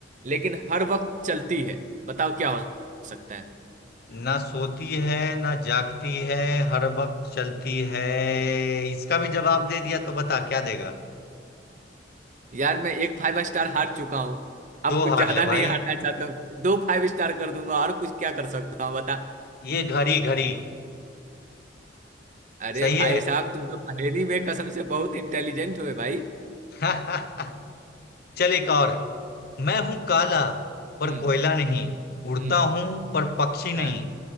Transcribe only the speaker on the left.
ना सोती है ना जागती है हर वक्त चलती है इसका भी जवाब दे दिया तो बता क्या देगा
दो
हार
ले
भाई
ये घड़ी घड़ी
सही
है
<laughs> चल एक और मैं हूं काला पर
कोयला नहीं उड़ता
हूं पर पक्षी
नहीं